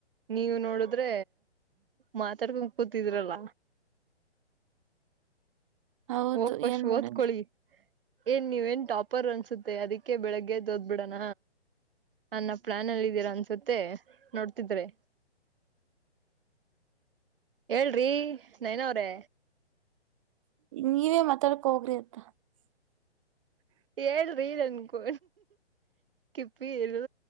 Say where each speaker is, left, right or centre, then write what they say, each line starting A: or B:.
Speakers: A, on the right (about 55°); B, on the right (about 30°).
A: ನೀವು ನೋಡುದ್ರೆ. ಮಾತಾಡ್ಕೊಂಡ ಕೂತಿದ್ರಲ್ಲ.
B: ಹೌದು
A: ಹೋಗಿ ಪಾಸ್ಟ
B: ಏನ್ ಮಾಡೋದು
A: ಓದ್ಕೊಳ್ಳಿ. ಏನ್ ನೀವ ನ್ ಟಾಪರ್ ಅನ್ಸುತ್ತೆ ಅದಿಕ್ಕೆ ಬೆಳಗ್ಗೆದ್ದ ಬಿಡಣ ನನ್ನ ಪ್ಲಾನ್ ಅಲ್ಲಿ ಇದೀರಾ ಅನ್ಸುತ್ತೆ ನೋಡ್ತಿದ್ರೆ. ಹೇಳ್ರಿ ನಯನ ಅವ್ರೇ.
B: ನೀವೇ ಮಾತಾಡಕ್ ಹೋಗ್ರಿ ಅತ್ತ. <inaudible>
A: ಹೇಳರಿ ಅನ್ಕೋ....... ಕಿಪ್ಪಿ ಏನು